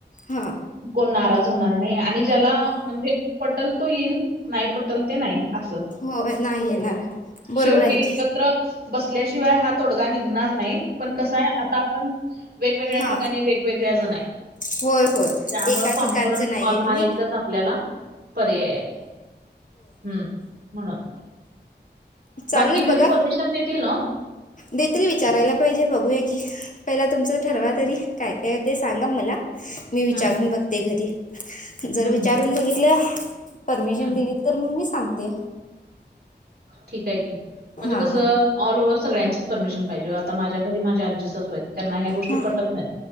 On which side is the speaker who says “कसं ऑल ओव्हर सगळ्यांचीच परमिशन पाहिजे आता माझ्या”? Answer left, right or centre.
Right